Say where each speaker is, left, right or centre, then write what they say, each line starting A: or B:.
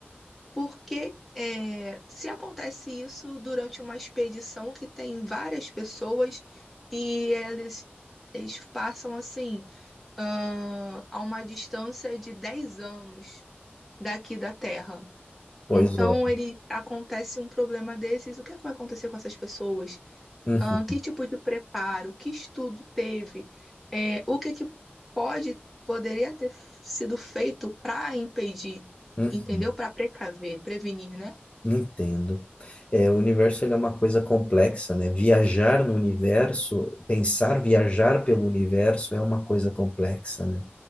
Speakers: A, in the centre; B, on the left.
A: Porque é, se acontece isso durante uma expedição que tem várias pessoas e eles, eles passam assim ah, a uma distância de 10 anos daqui da Terra.
B: Pois
A: Então
B: olha.
A: ele acontece um problema desses, o que é que vai acontecer com essas pessoas?
B: Uhum,
A: Ah, que tipo de preparo, que estudo teve? É, o que é que pode poderia ter sido feito para impedir,
B: uhum,
A: entendeu? Para precaver, prevenir, né?
B: Entendo. É, o universo ele é uma coisa complexa, né? Viajar no universo, pensar viajar pelo universo é uma coisa complexa, né?